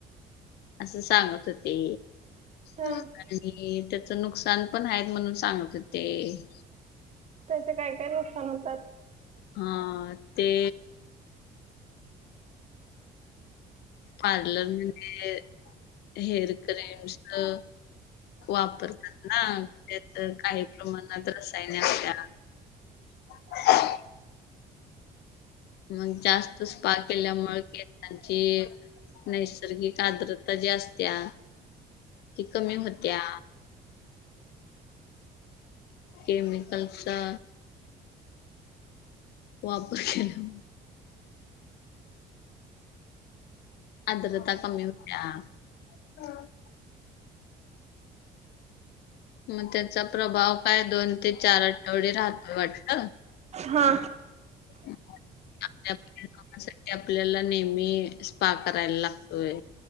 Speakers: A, on the left (about 75°); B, on the right (about 40°).
A: असं सांगत होती
B: हा
A: आणि ती त्यात चं नुकसान पण आहेत म्हणून सांगत होते.
B: त्यातनं काय काय नुकसान होतात?
A: हा ते पार्लर म ते हेअर <unintelligible> वापरतात ना, त्यात काही प्रमाणात रसायने असत्यात. <inaudible> मग जास्त स्पा केल्यामुळे केसांचे नैसर्गिक आद्रता ज्या असत्या. ती कमी होत्या. केमिकलचा वापर केला <unintelligible> मग त्याचा प्रभाव काय दोन ते चार आठवडे राहतं वाटतं.
B: हा
A: <inaudible> आपापल्या कामासाठीआपल्याला नेहमी स्पा करायला लागतोय.